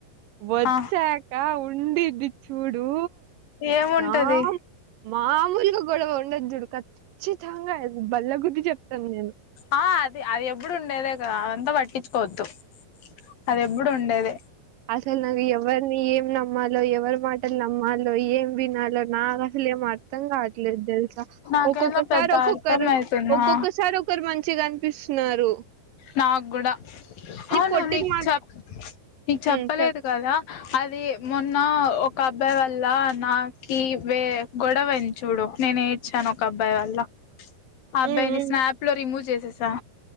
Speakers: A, on the right; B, on the left.
A: వచ్చాక
B: ఆ
A: ఉండదిది చూడు
B: ఏముంటది
A: నా మామూలుగా గొడవ ఉండద్దుడు ఖచ్చితంగా బల్ల గుద్ది చెప్తాను నేను
B: ఆ అది అది ఎప్పుడు ఉండేదే కదా అదంతా పట్టించుకోవద్దు అది ఎప్పుడు ఉండేది
A: అసలు నాకు ఎవరిని ఏం నమ్మాలో ఎవరి మాటలు నమ్మాలో ఏం వినలో నా అసలే ఏం అర్థం కావట్లేదు తెలుసా
B: నాకేందో
A: ఒక్కొక్కసారి
B: పెద్ద
A: ఒక్కొక్కరు
B: అర్థం అయితుందా
A: ఒక్కొక్కసారి ఒకరు మంచి మంచిగా కనిపిస్తున్నారు
B: నాకు కూడా అవును
A: పొట్టిది
B: నీకు
A: మా
B: చెప్ప నీకు చెప్పలేదు
A: ఉమ్ చెప్
B: కదా అది మొన్న ఒక అబ్బాయి వల్ల నాకి వే గొడవ పెంచుడు నేనే ఇడ్చను ఒక అబ్బాయి వల్ల అబ్బాయిని
A: ఉమ్ ఉమ్
B: స్నాప్ లో రిమూవ్ చేసేసా